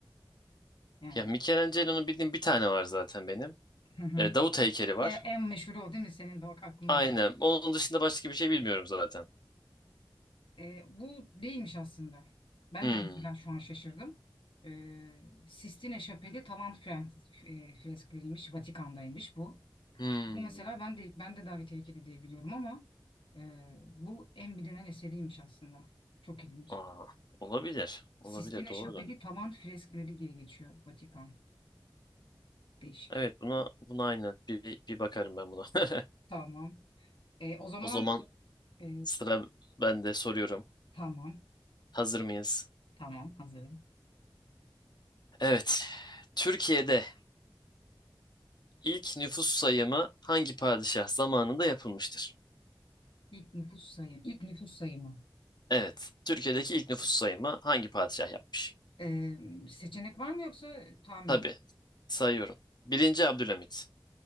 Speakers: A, on the left; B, on the left.
A: Yani
B: Ya Michelangelo'nun bildiğim bir tane var zaten benim.
A: hı hı.
B: Ee, Davut heykeli var.
A: E, en meşhuru o değil mi? Senin de o aklına
B: Aynen. Onun dışında başka bir şey bilmiyorum zaten.
A: E, bu değilmiş aslında. Ben
B: Hmm.
A: de mesela şu an şaşırdım. E, Sistine Şapeli tavan fren- e, freskleriymiş, Vatikan'daymış bu.
B: Hmm.
A: Bu mesela ben de ben de David heykeli diye biliyorum ama e, bu en bilinen eseriymiş aslında. Çok ilginç.
B: Aa, olabilir. Olabilir.
A: Sistine
B: Doğru
A: Şapeli tavan freskleri diye geçiyor Vatikan. Değişik.
B: Evet buna buna aynen bir, bir bakarım ben buna. <laughs>
A: Tamam. E, o zaman
B: O zaman
A: e,
B: sıra ben de soruyorum.
A: tamam.
B: Hazır mıyız?
A: Tamam hazırım.
B: Evet. Türkiye'de ilk nüfus sayımı hangi padişah zamanında yapılmıştır?
A: İlk nüfus sayım. İlk nüfus sayımı.
B: Evet. Türkiye'deki ilk nüfus sayımı hangi padişah yapmış?
A: E, seçenek var mı yoksa tahmin
B: Tabii.
A: mi?
B: Sayıyorum. Birinci Abdülhamit.